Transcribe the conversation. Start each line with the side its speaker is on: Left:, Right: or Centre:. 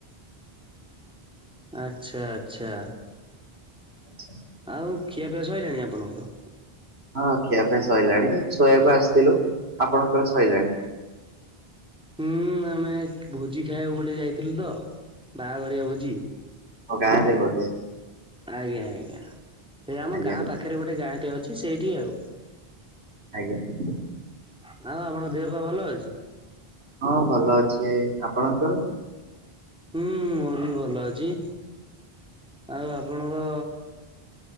Centre: ଆଚ୍ଛା ଆଚ୍ଛା।
Right: ଆଚ୍ଛା।
Centre: ଆଉ ଖିଆପିଆ ସଇଲାଣି ଆପଣଙ୍କର?
Right: ହଁ ଖିଆପିଆ ସଇଲାଣି ଶୋଇବାକୁ ଆସିଥିଲୁ ଆପଣଙ୍କର ସଇଲାଣି?
Centre: ହୁଁ ଆମେ ଭୋଜି ଖାଇବାକୁ ଗୋଟେ ଯାଇଥିଲୁ ତ ବାହାଘରିଆ ଭୋଜି।
Right: ଓ ଗାଁରେ ଭୋ
Centre: ଆଜ୍ଞା ଆଜ୍ଞା ସେଇ ଆମ
Right: ଆଜ୍ଞା
Centre: ଗାଁ ପାଖରେ ଗୋଟେ ଗାଁଟେ ଅଛି ସେଇଠି ଆଉ।
Right: ଆଜ୍ଞା।
Centre: ଆଉ ଆପଣଙ୍କ ଦେହପାଆ ଭଲ ଅଛି?
Right: ହଁ ଭଲ ଅଛି ଆପଣଙ୍କର?
Centre: ହୁଁ ମୋର ବି ଭଲ ଅଛି। ଆଉ ଆପଣଙ୍କ